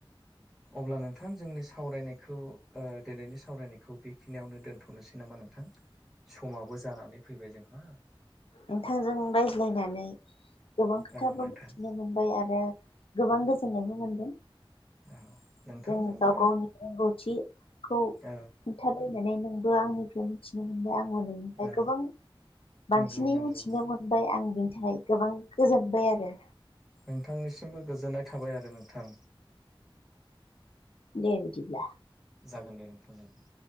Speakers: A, in the centre; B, on the left.
A: अब्ला नोंथां जोंनि सावरायनायखौ दिनैनि सावरायनायखौ बेखिनियावनो दोनथ'नोसै नामा नोंथां समाबो जानानै फैबाय जोंहा
B: नोंथांजों रायज्लायनानै गोबां खोथाबो
A: ओ नोंथां
B: मिथिनो मोनबाय आरो गोबां गोजोननायबो मोनदों
A: औ नोंथांजोंबो
B: जों गाव गावनि रोंगौथिखौ
A: औ
B: खोन्थालायनानै नोंबो आंनिफ्राय मिथिनो मोनबाय आंबो नोंनिफ्राय
A: औ
B: गोबां बांसिनै
A: नंगौ नंगौ
B: मिथिनो मोन बाय आं बिनि थाखाय गोबां गोजोनबाय आरो
A: नोंथांनिसिमबो गोजोननाय थाबाय आरो नोंथां
B: दे बिदिब्ला
A: जागोन दे नोंथां जागोन